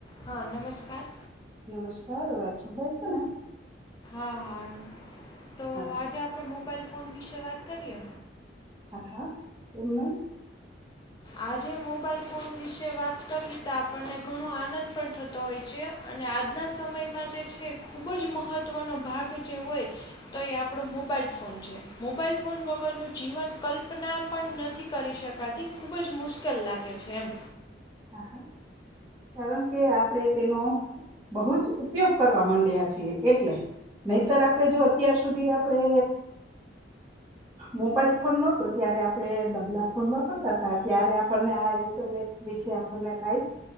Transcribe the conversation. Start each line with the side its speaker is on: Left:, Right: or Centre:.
Left: હા નમસ્કાર.
Right: નમસ્કાર અવાજ સંભળાય છે ને?
Left: આહા. તો
Right: હા હા
Left: આજે આપડે મોબાઈલ ફોન વિશે વાત કરએ.
Right: હા હા કેમ નય
Left: આજે મોબાઈલ ફોન વિશે વાત કરીએ તો આપણને ઘણો આનંદ પણ થતો હોય છે અને આજના સમયમાં જે છે ખૂબ જ મહત્ત્વનો ભાગ જે હોય તો એ આપડો મોબાઈલ ફોન છે મોબાઈલ ફોન વગરનું જીવન કલ્પના પણ નથી કરી શકાતી. ખૂબ જ મુશ્કેલ લાગે છે એમ
Right: હા કારણ કે આપડે તેનો બહુ જ ઉપયોગ કરવા માંડ્યા છીએ એટલે નહીતર આપડે જો અત્યાર સુધી આપડે મોબાઈલ ફોન નહતો ત્યારે આપડે ડબલા ફોન વાપરતા હતા ત્યારે આપણને આ ઇન્ટરનેટ વિશે આપણને કઈ